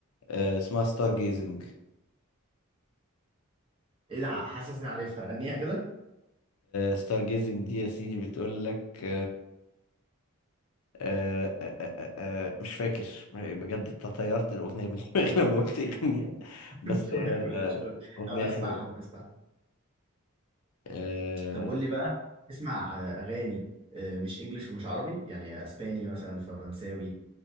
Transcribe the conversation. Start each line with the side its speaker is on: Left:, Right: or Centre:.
Left: آه، اسمها ستار جيزنج
Right: ايه ده حاسس اني عارفها غنيها كده
Left: ستار جيزنج دي يا سيدي بتقول لك آه آه آه آه آه، آه، مش فاكر بجد انت طيرت الأغنية من دماغي <laughs> لما قلت أغنية
Right: <laughs>
Left: بس
Right: شوية
Left: هي آه،
Right: ماشي، شوية.
Left: أغنية
Right: هبقى اسمعها
Left: حلوة
Right: هبقى اسمعها
Left: آه
Right: طب قول لي بقى تسمع آه، اغاني آه، مش انجليش ومش عربي يعني اسباني مثلا فرنساوي